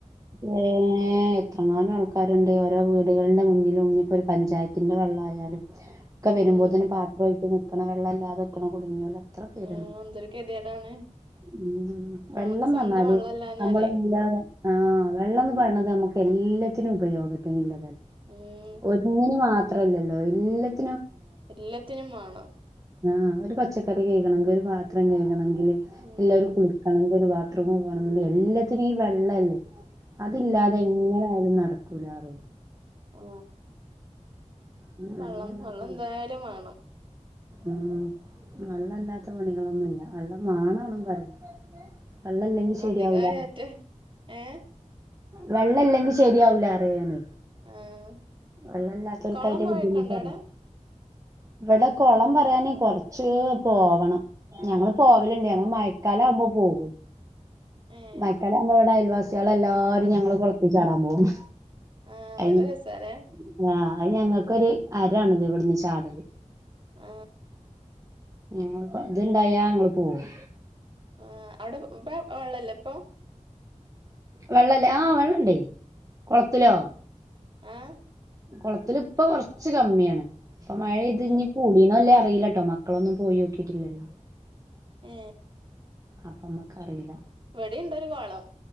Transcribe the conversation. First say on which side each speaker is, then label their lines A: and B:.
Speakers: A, on the right; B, on the right.
A: ഏ എത്രെങ്ങാനം ആൾക്കാരുണ്ട് ഓരോ വീടുകളുടെ മുന്നിലും ഇനിയിപ്പോ ഒരു പഞ്ചായത്തിന്റെ വെള്ളമായാലും ഒക്കെ വരുമ്പോ
B: ഉം
A: തന്നെ പാത്രമായിട്ട് വക്കണ വെള്ളല്ലാതെ ക്ക കുടുങ്ങിയോ ല്ല എത്ര പേരുണ്ട്
B: ആഹ് എന്തൊരു ഗതികേടാണ്
A: ഉം
B: ഞമ്മക്ക്
A: വെള്ളം
B: സ്വന്തം
A: വന്നാലേ
B: വെള്ളല്ലാഞ്ഞാലേ
A: നമ്മൾ ഇല്ലാതെ ആ വെള്ളം എന്ന് പറയണത് നമക്ക് എല്ലാത്തിനും ഉപയോഗത്തിനില്ല
B: ഉം
A: ഒന്നിന് മാത്ര അത്രല്ലല്ലോ എല്ല ത്ത
B: എല്ലത്തിനും മാണം
A: ആ ഒരു പച്ചക്കറി കഴുകണങ്കിൽ ഒരു പാത്രം കഴുകണങ്കിൽ
B: ഉം
A: എല്ല കുളിക്കണങ്കി ഒരു ബാത്ത് ബാത്റൂമി പോണന്നുണ്ടങ്കിൽ എല്ലത്തിനും ഈ വെള്ളല്ലേ അതില്ലാതെ
B: ഉം
A: എങ്ങനായാലും നടക്ക കുലാറ്
B: ആ
A: പിന്നെ
B: വെള്ളം
A: വെള്ളല്ലാത്ത
B: വെള്ളം എന്തായാലും മാണം
A: ഉം വെള്ളല്ലാത്ത പണികളൊന്നുല്ല വെള്ളം മാണണെന്നും പറയും വെള്ളല്ലെങ്കി ശരിയാവൂല
B: അധികായറ്റെ ഏ
A: വെള്ളല്ലെങ്കിൽ ശര്യാവൂല റിയെ ഞാനെ
B: ആഹ്
A: വള്ളല്ലാത്തോൽക്ക
B: കൊളം
A: യ്ന്റെ
B: പോയൊക്കെ
A: ബുദ്ധിമുട്ടറ്യ
B: ഉണ്ടോ അവിടെ
A: ഇവിടെ കുളം പറയാനേ കൊറച്ച് പോവണം ഞങ്ങള് പോവലുണ്ട് ഞങ്ങള് മയക്കാല ആകുമ്പോ പോകും
B: ഏഹ്
A: മയക്കാല ആകുമ്പോ ഇവിടെ അയൽവാസികളൾ എല്ലാരും ഞങ്ങള് കൊളത്തി ചാടാൻ പോകും
B: ആഹ്
A: അയിന്
B: നല്ല രസാല്ലേ
A: ങ്ങാ അയ് ഞങ്ങൾക്കൊരു അരാണ് ഇവിടുന്ന് ചാടല്
B: ആ
A: ങ്ങങ്ങൾകൊ ഇത്ണ്ടായാ ങ്ങള് പോകും
B: ആ അവിടെ ഉംബ വെള്ളല്ലേ ഇപ്പൊ
A: വെള്ളല്ലേ ആ വെള്ളണ്ട് കൊളത്തിലോ
B: ഏഹ് ആഹ്
A: കൊളത്തില്പ്പം കൊറച്ച് കമ്മിയാണ് ഇപ്പം മഴ പൈത്ഞ്ഞ്
B: ഏഹ്
A: കൂടീണോ ഇല്ലെ അറീല കയിലാട്ടോ മക്കളൊന്നും പോയോ ക്കീട്ടില്ല
B: ഏ
A: അപ്പമ്മക്കറീല
B: ഇവിടംണ്ടൊരു കോളം